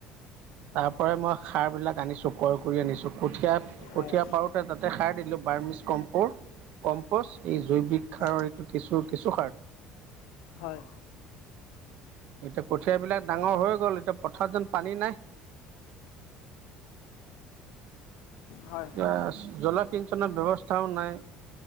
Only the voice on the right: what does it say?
তাৰ পৰাই মই সাৰ বিলাক আনিছো ক্ৰয় কৰি আনিছো কঠীয়া কঠীয়া
পাৰোতে তাতে সাৰ দিলোঁ বাৰ্মিছ কম্প'ৰ কম্পচ এই জৈৱিক
সাৰৰ এইটো কিছু কিছু সাৰ
এতিয়া কঠিয়া বিলাক ডাঙৰ হৈ গ'ল এতিয়া পথাৰত যেন পানী নাই
এ জলসিঞ্চনৰ ব্যৱস্থাও নাই